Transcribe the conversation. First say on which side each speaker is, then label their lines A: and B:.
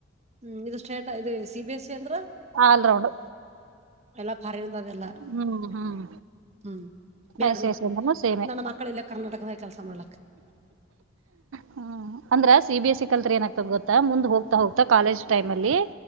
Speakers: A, on the right (about 35°); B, on the right (about 85°).
A: ಹ್ಮ್ ಇದು ಸ್ಟೇಟ ಇದು ಸಿ ಬಿ ಎಸ್ ಸಿ ಅಂದ್ರ
B: ಆಲ್ ರೌಂಡ್
A: ಎಲ್ಲಾ ಫಾರಿನ್ದ ಅದೆಲ್ಲಾ
B: ಹ್ಮ್ ಹ್ಮ್
A: ಹ್ಮ್ ಬ್ಯಾಡ್
B: ಆಯ ಸೇ
A: ಬಿಡು
B: ಸೇಂತ ಸೇಮ
A: ನನ್ನ ಮಕ್ಕಳ ಇಲ್ಲೇ ಕರ್ನಾಟಕದಾಗ ಕೆಲ್ಸ ಮಾಡ್ಲಕ್
B: ಹ್ಮ ಅಂದ್ರ ಸಿ ಬಿ ಎಸ್ ಸಿ ಕಲ್ತ್ರಿ ಏನಾಗಕ್ತದ ಗೊತ್ತಾ ಮುಂದ್ ಹೋಗ್ ಹೋಗ್ತಾ ಕಾಲೇಜ್ ಟೈಮ ಅಲ್ಲಿ